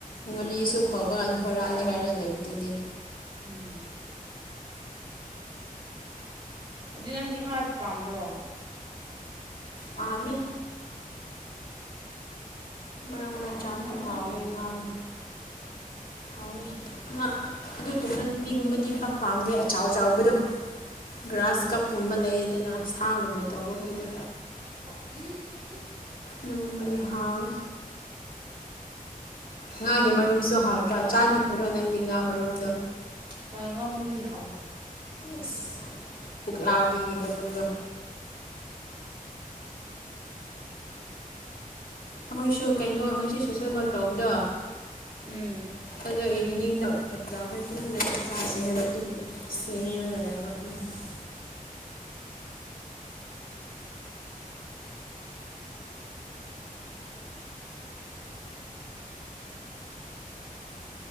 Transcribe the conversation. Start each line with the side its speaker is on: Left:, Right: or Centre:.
Left: ꯉꯥꯔꯤꯁꯨ ꯐꯥꯎꯕ ꯍꯣꯔꯥꯜꯂꯦ ꯍꯥꯏꯔ ꯂꯩꯕꯗꯨꯗꯤ
Right: ꯎꯝ ꯑꯗꯨ ꯅꯪꯗꯤ ꯉꯥꯥꯁ ꯄꯥꯝꯕ꯭ꯔꯣ
Left: ꯄꯥꯝꯃꯦ ꯃꯔꯥꯡ ꯃꯔꯥꯡ
Right: ꯑꯩ
Left: ꯆꯥꯕꯗꯣ
Right: ꯉꯥ ꯌꯥꯝ
Left: ꯍꯥꯎꯋꯦ
Right: ꯄꯥꯝꯕ
Left: ꯉꯥꯅ
Right: ꯇꯧꯗꯦ
Left: ꯍꯥꯎꯋꯦ ꯉꯥ ꯑꯗꯨ ꯇꯨꯡꯍꯟꯕꯤꯒꯨꯝꯕꯗꯤ ꯄꯥꯛ ꯄꯥꯝꯗꯦ ꯑꯆꯥꯎ ꯆꯥꯎꯕꯗꯣ ꯒ꯭ꯔꯥꯁ ꯀꯞꯀꯨꯝꯕ ꯂꯩꯌꯦꯗꯅ ꯁꯥꯒꯨꯝꯅ ꯇꯧꯕ ꯈꯣꯏꯗꯣ
Right: <unintelligible>
Left: ꯅꯣꯡꯃꯅꯤ ꯍꯥꯎꯋꯦ ꯉꯥꯒꯤ ꯃꯔꯨꯝꯁꯨ ꯍꯥꯎꯇ꯭ꯔꯥ ꯆꯥꯅꯤꯡꯗ꯭ꯔꯣ ꯅꯪꯗꯤ ꯉꯥ ꯃꯔꯨꯝꯗꯣ
Right: ꯍꯣꯏ ꯉꯥ ꯃꯔꯨꯝꯗꯤ ꯍꯥꯎꯋꯦ
Left: ꯑꯁ ꯄꯨꯛꯂꯥꯕꯤꯒꯤ ꯃꯔꯨꯝꯗꯣ ꯑꯩꯈꯣꯏꯁꯨ ꯀꯩꯅꯣ ꯉꯁꯤ ꯁꯣꯁꯦꯜ ꯋꯥꯔꯛ ꯇꯧꯕꯗꯣ
Right: ꯎꯝ
Left: ꯑꯗꯣ ꯏꯚꯤꯅꯤꯡꯗꯣ ꯑꯣꯖꯥ ꯑꯈꯣꯏ ꯄꯨꯂꯞꯅ ꯆꯥꯛ ꯆꯥꯁꯦ ꯍꯥꯏꯕ ꯑꯗꯨꯒꯤ
Right: ꯑꯗꯨꯅꯦ
Left: ꯁꯦꯝꯔꯒ
Right: ꯑꯗꯨꯅꯦ
Left: ꯂꯩꯕ <unintelligible>